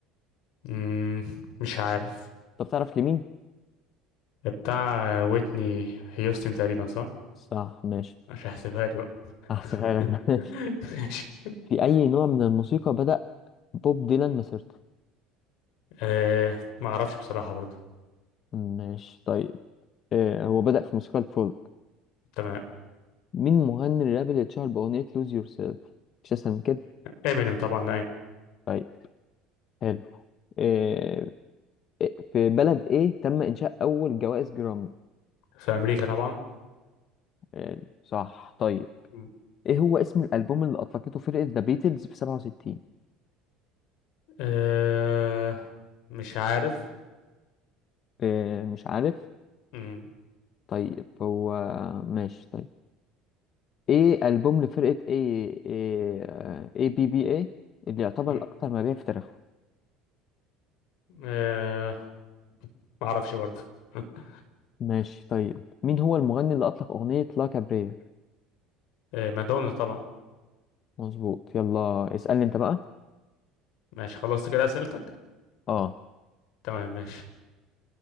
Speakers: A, on the left; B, on the left.
A: مم، مش عارف
B: طب تعرف لمين
A: بتاع ويتني هيوستن تقريبا صح؟
B: صح ماشي
A: مش هحسبها لي بقى
B: هحسبها
A: <laughs>
B: لك <laughs>
A: ماشي
B: في أي نوع من الموسيقى بدأ بوب ديلان مسيرته؟
A: آه، ما اعرفش بصراحة برضه
B: ماشي طيب آه هو بدأ في موسيقى الفولك
A: تمام
B: مين مغني الراب اللي اتشهر بأغنية لوز يور سيلف مش أسهل من كده
A: امينيم طبعا اي
B: طيب حلو آه آه، في بلد إيه تم إنشاء أول جوائز جرامي
A: في امريكا طبعا
B: آه صح طيب
A: مم.
B: إيه هو اسم الألبوم اللي أطلقته فرقة ذا بيتلز في 67
A: أه مش عارف
B: آه مش عارف
A: مم.
B: طيب هو ماشي طيب إيه ألبوم لفرقة إيه إيه بي بي إيه اللي يعتبر
A: مم.
B: الأكثر مبيع في تاريخه
A: أه ما اعرفش برضه <laughs>
B: ماشي طيب مين هو المغني اللي أطلق أغنية لا كابرير
A: أه مادونا طبعا
B: مظبوط يلا اسألني أنت بقى
A: ماشي خلصت كده اسئلتك
B: اه
A: تمام ماشي